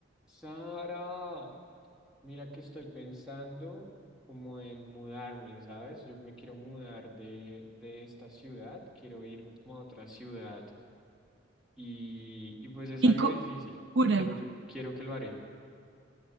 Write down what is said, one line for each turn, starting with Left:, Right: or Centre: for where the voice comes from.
Centre: Sara, mira que estoy pensando como en mudarme, ¿sabes? Yo me quiero mudar de, de esta ciudad, quiero irme como a otra ciudad y, y pues es
Right: Y
Centre: algo
Right: cu-
Centre: difícil,
Right: cúralo.
Centre: pero yo quiero que lo haré.